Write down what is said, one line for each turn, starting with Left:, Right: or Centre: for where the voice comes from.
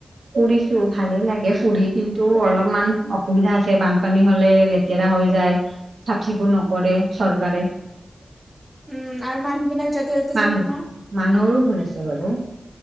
Right: ফুৰিছোঁ ভালেই লাগে ফুৰি কিন্তু অলপমান অসুবিধা আছে বানপানী হলে লেতেৰা হৈ যায় চাফ চিকুন নকৰে চৰকাৰে।
Centre: উম আৰু মানুহ বিলাক য'তে ত'তে
Right: মানুহ
Centre: থাকে ন।
Right: মানুহৰো ভুল আছে বাৰু।